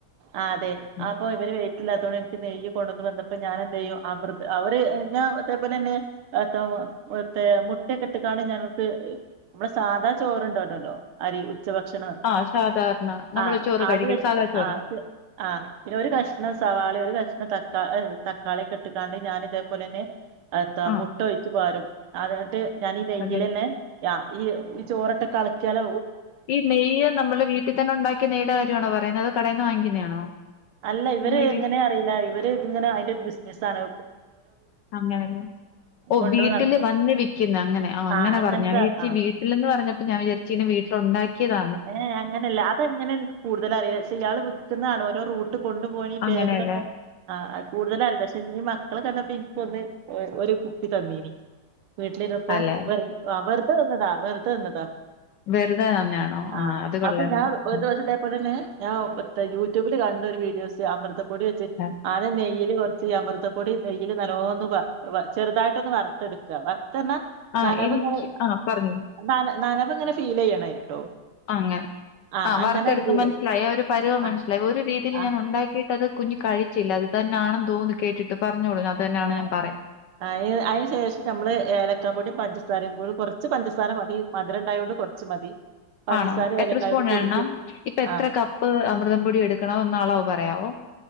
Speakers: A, on the right; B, on the left.
A: ആ അതെ
B: ഉം.
A: അപ്പൊ ഇവര് വൈറ്റില്ലാതോണ്ട് എനിക്ക് നെയ്യും കൊണ്ടു വന്നപ്പോ ഞാന് എന്ത്‌ ചെയ്യും അമൃത് അവര് ഞാ അതേപോലെന്നെ മ മേ മുട്ടയൊക്കെ ഇട്ട് കാണ്ട് നമുക്ക് മ്മളെ സാധാ ചോറ് ഉണ്ടോലൊല്ലോ അരി ഉച്ച ഭക്ഷണം
B: ആ സാധാരണ നമ്മള്
A: ആ
B: ചോറ്
A: അത്
B: കഴിക്കും
A: വെച്ച
B: സാദാ ചോറ്
A: ആത് അ ഒരു കഷണം സവാളി ഒരു കഷണം തക്കാ തക്കാളിക്കട്ട്ക്കാണ്ട് ഞാൻ ഇതേപോലെന്നെ എന്താ
B: ആ
A: ട്ട ഒഴിച്ചു പാരും അതട്ട് ഞാനീ വെയിലന്നെ
B: അതെ
A: ഈ ഈ ചോറൊക്കെ കളക്യാല
B: ഈ നെയ്യ് നമ്മടെ വീട്ടിൽ തന്നെ ഉണ്ടാക്കിയ നെയ്യയുടെ കാര്യണോ പറയുന്നത് അത് കടയിന്ന് വാങ്ങിക്കുന്നതാണോ
A: അല്ല ഇവര്
B: നമ്മള് വീ
A: ഇങ്ങനെ അറിയില്ല ഇവര് ഇങ്ങനെ അതിന്റെ ബിസിനസ് സാണ്
B: അങ്ങനന്നെ ഓഹ്
A: കൊണ്ടു
B: വീട്ടില്
A: നട
B: വന്ന് വിക്കുന്നു അങ്ങനെ
A: ആ
B: അങ്ങനെ
A: അങ്ങനത്തെ
B: പറഞ്ഞു ഞാൻ വിചേരിച്ചി
A: ആ
B: വീട്ടിൽന്ന് പറഞ്ഞപ്പോ ഞാൻ വിചാരിച്ച് ഈ വീട്ടിൽ ഉണ്ടാക്കിയതാണ്
A: ഏഹ് അങ്ങനെയല്ല അത് അങ്ങനെ എനിക്ക് കൂടുതല് അറിയില്ല പക്ഷെ ഇയാൾ വിക്കുന്ന ആൾ ഓരോ റൂട്ട് കൊണ്ടുപോയിഈ
B: അങ്ങനെയല്ലേ
A: ബേഗിലൊക്കെ ആ കൂടുതല പക്ഷെ ഇഞ്ഞ് മക്കളെ കണ്ടപ്പ ഇനിക്ക് ഒന്ന് ഒരു കുപ്പി തന്നീന് വീട്ട്ലിരപ്പോ
B: അല്ലെ
A: വെർ വെർതെ തന്നതാ വെർ തന്നതാ
B: വെറ്തെ തന്നെയാണോ
A: ആഹ്
B: ആ അത് കൊള്ളാലോ
A: അപ്പ ഞാ ഒരു
B: ഉം.
A: ദിവസത്തെ പോലെന്നെ ഞാൻ യൂട്യൂബ്ല് കണ്ട ഒര് വീഡിയോസ് അമൃതം പൊടി വെച്ച്
B: ആ
A: ആദ്യം നെയ്യ്ല് കോർ ച്ച് അമൃതപ്പൊടി നെയ്യ്ല് നല്ലോന്ന് വ വ ചെറുതായിട്ടൊന്ന് വറ്ത്തെട്ക്കാ വർ തർന്നാ
B: ആ,
A: ന്നനവ്ങ്ങനെ
B: എനിക്ക് ആ പറഞ്ഞോളൂ
A: ന്നന ന്നന പ്പങ്ങനെ ഫീല് യ്യണ് ട്ടോ
B: അങ്ങനെ
A: ആ
B: ആഹ്
A: അങ്ങനെ
B: വർത്തെടുക്കുമ്പോ
A: ഒരുതില്
B: മനസ്സിലായോ ആ ഒരു പരുവം
A: ആ
B: മനസിലായി ഒര് രീതിയിൽ
A: ആ
B: ഞാൻ ഉണ്ടാക്കി അത് കുഞ്ഞ് കഴിച്ചില്ല അത് തന്നാണെന്ന് തോന്ന് കേട്ടിട്ട് പറഞ്ഞോളൂ അത് തന്നെയാണ്
A: ആഹ്
B: ഞാൻ പറയാ
A: അയിന് അതിന് ശേഷം നമ്മള് ഏലക്കാ പൊടിയും പഞ്ച സാരയും കൂടി കുറച്ച് പഞ്ചസാര മതി മധുരം ഉണ്ടായത് കൊണ്ട് കുറച്ച് മതി പഞ്ചസാര
B: ആണോ എത്ര
A: ഏലക്കായോണ്ട്
B: സ്പൂൺ വേണം
A: പൊടിച്ച്
B: ഇപ്പൊ എത്ര
A: ആ
B: കപ്പ് അമൃതം പൊടി എടുക്കണം എന്ന ആളവ് പറയാവോ